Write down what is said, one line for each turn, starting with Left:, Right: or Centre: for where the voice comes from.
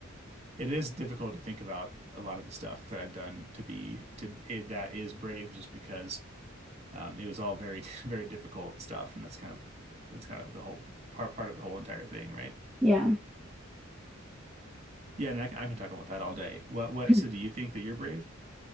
Right: it is difficult to think about a lot of the stuff that I've done to be to it, that is brave just because um, it was all very <laughs> very difficult stuff and that's kind of that's kind of the whole part part of the whole entire thing, right?
Centre: Yeah. <laughs>
Right: Yeah, and I can, I can talk about that all day. What what?
Centre: <clears throat>
Right: So do you think that you're brave?